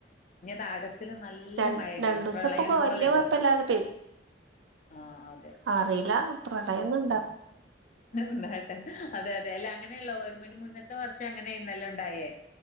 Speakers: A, on the left; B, on the right.
A: ഞ്ഞിതാ ആഗസ്റ്റില് നല്ല
B: ര
A: മഴേക്കാരം,
B: രണ്ടു ദിവസം
A: പ്രളയം
B: ഇപ്പൊ
A: പോലെണ്ടാവും.
B: വലിയ കുഴപ്പമില്ലാതെ
A: ആഹ് അതെ.
B: അറീല്ലാ. പ്രളയൊന്ന്
A: ഉം. ണ്ടാട്ടെ അതെ അതെ അല്ല അങ്ങനെല്ല. ഒരു മണി മുന്നേ ത്തെ വർഷം അങ്ങനേര്ന്നല്ലോ ഇണ്ടായേ?